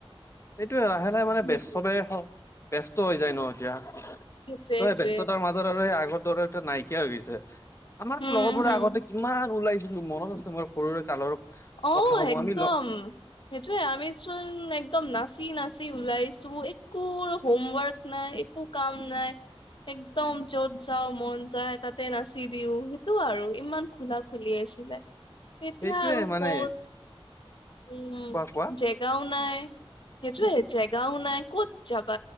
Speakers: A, on the left (about 30°); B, on the left (about 55°).
A: সেইটোয়ে লাহে লাহে মানে
B: উম উম
A: চবে ব্যস্ত হৈ যায় ন' এতিয়া।
B: সেইটোয়ে
A: ত'
B: সেইটোয়ে
A: সেই ব্যস্ততাৰ মাজত আৰু সেই আগৰ দৰে <unintelligible> নাইকিয়া হৈ গৈছে। আমাৰ
B: উম
A: লগৰবোৰে
B: হম
A: আগতে কিমান ওলাইছিলো মনত আছে মোৰ সৰুৰে কালৰ।
B: অ',
A: কথাসমূহ
B: একদম।
A: আমি লগ
B: সেইটোয়ে আমিচোন একদম নাচি নাচি ওলাইছো একো হোমৱৰ্ক নাই একো কাম নাই একদম য'ত যাওঁ মন যায় তাতে নাচি দিও। সেইটো আৰু ইমান খোলা খুলি আছিলে। এতিয়া
A: সেইটোয়ে
B: আৰু
A: মানে
B: ক'ত উম,
A: কোৱা কোৱা
B: জেগাওঁ নাই, সেইটোৱে সেইটোৱে, জেগাওঁ কত যাব